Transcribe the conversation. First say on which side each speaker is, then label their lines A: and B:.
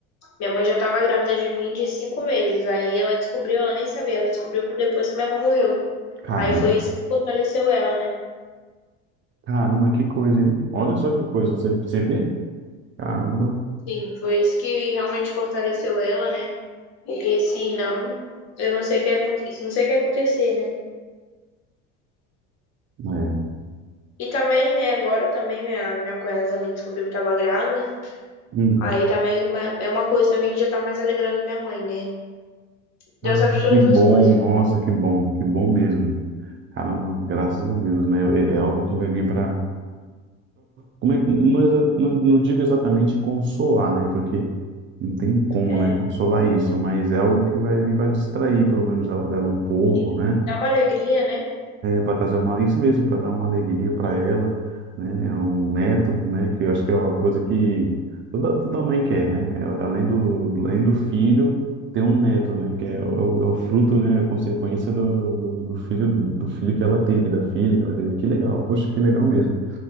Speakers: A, on the left (about 50°); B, on the right (about 35°).
A: Minha mãe já estava grávida de mim de cinco meses. Aí ela descobriu, ela nem sabia, ela descobriu que depois que minha avó morreu.
B: Caramba.
A: Aí foi isso que fortaleceu ela, né?
B: Caramba, que coisa, hein? Olha só que coisa. Você, você vê? Caramba.
A: Sim, foi isso que realmente fortaleceu ela, né? Porque se não, eu não sei o que ia acontecer, não sei o que ia acontecer, né?
B: É.
A: E também, né, agora também minha, minha cunhada também descobriu que estava grávida.
B: Hum.
A: Aí também é uma é uma coisa também que já tá mais alegrando minha mãe, né?
B: Ah,
A: Deus sabe de todas
B: que bom.
A: as coisas,
B: Nossa,
A: né?
B: que bom. Que bom mesmo. Caramba, graças a Deus, né? É, é algo que vai vir para... Como é, não, exa- não, não digo exatamente consolar, né? Porque não tem como,
A: É,
B: né? Consolar isso. Mas é algo que vai vir para distrair, pelo menos, ela, ela um pouco,
A: sim.
B: né?
A: Dá uma alegria, né?
B: para trazer uma, isso mesmo, para dar uma alegria para ela, né? é Um neto, né? Que eu acho que é uma coisa que toda, toda mãe quer, né? Ela- Além do, além do filho, ter um neto, né? Que é, o, é o fruto, né? A consequência do, do, do do filho, do filho que ela teve, da filha que ela teve. Que legal, poxa, que legal mesmo.